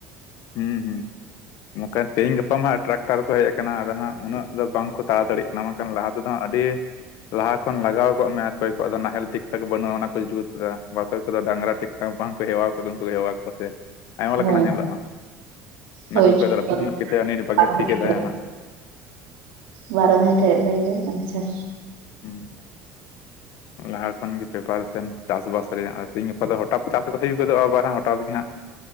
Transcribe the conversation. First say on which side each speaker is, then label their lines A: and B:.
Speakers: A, on the left (about 65°); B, on the right (about 80°).
A: ᱦᱩᱸ ᱦᱩᱸ ᱱᱚᱠᱷᱟᱱ ᱛᱮᱦᱤᱧ ᱜᱟᱯᱟ ᱢᱟ ᱴᱨᱟᱠᱴᱟᱨ ᱠᱚ ᱦᱮᱡ ᱠᱟᱱᱟ ᱟᱫᱚ ᱦᱟᱸᱜ ᱩᱱᱟᱹᱜ ᱫᱚ ᱵᱟᱝᱠᱚ ᱛᱟᱲᱟᱛᱟᱹᱲᱤᱜ ᱚᱱᱟ ᱵᱟᱝᱠᱷᱟᱱ ᱞᱟᱦᱟ ᱛᱮᱫᱚ ᱟᱹᱰᱤ ᱞᱟᱦᱟ ᱠᱷᱚᱱ ᱞᱟᱜᱟᱣ ᱠᱚᱜ ᱢᱮ ᱚᱠᱚᱭ ᱠᱚᱣᱟᱜ ᱫᱚ ᱱᱟᱦᱮᱞ ᱴᱷᱤᱠ ᱴᱷᱟᱠ ᱵᱟᱹᱱᱩᱜᱼᱟ ᱚᱱᱟ ᱠᱚ ᱡᱩᱛ ᱫᱟ ᱵᱟ ᱚᱠᱚᱭ ᱠᱚᱫᱚ ᱰᱟᱝᱨᱟ ᱴᱷᱤᱠ <unintelligible> ᱵᱟᱝ ᱠᱚ ᱦᱮᱣᱟ ᱠᱚᱫᱚ ᱩᱱᱠᱩ ᱠᱚ ᱦᱮᱣᱟ ᱠᱚᱣᱟ ᱥᱮ ᱟᱭᱢᱟ
B: ᱦᱮᱸ
A: ᱞᱮᱠᱟᱱᱟᱜ ᱧᱮᱞᱚᱜᱼᱟ
B: ᱦᱳᱭ
A: ᱱᱟᱦᱮᱞ ᱠᱚ ᱫᱚ ᱨᱟᱹᱯᱩᱫ ᱧᱚᱜ ᱜᱮᱛᱟᱭᱟ
B: <inaudible>
A: ᱩᱱᱤ ᱵᱟᱜᱮ ᱴᱷᱤᱠᱮ ᱛᱟᱦᱮᱱᱟ
B: ᱵᱟᱨᱚ ᱢᱤᱱᱤᱴ ᱦᱳᱭᱳᱜ ᱞᱟᱹᱜᱤᱫᱚᱜ ᱠᱟᱱᱟ ᱪᱚᱞᱚ
A: ᱦᱩᱸ ᱞᱟᱦᱟ ᱠᱷᱚᱱ ᱜᱮ ᱯᱮᱯᱟᱨᱥᱮᱱ ᱪᱟᱥᱵᱟᱥ ᱨᱮᱭᱟᱜ ᱛᱤᱦᱤᱧ ᱜᱟᱯᱟ ᱫᱚ ᱦᱚᱴᱟᱛ ᱪᱟᱥ ᱵᱷᱟᱜᱤ ᱜᱚᱫᱚᱜᱼᱟ ᱟᱵᱟᱨ ᱦᱚᱴᱟᱛ ᱜᱮ ᱦᱟᱸᱜ